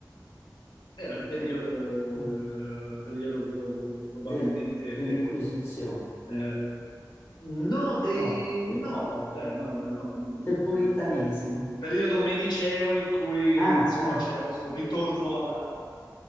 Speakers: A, on the left (about 65°); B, on the left (about 30°).
A: era il periodo,
B: che- eh,
A: il periodo probabilmente,
B: del- dell'Inquisizione,
A: eh, no, dei,
B: no, de-
A: no, beh, no, eh, no, no, no,
B: del puritanesimo.
A: eh, il periodo mediceo in cui,
B: Ah,
A: insomma,
B: ah,
A: c'era questo ritorno alla,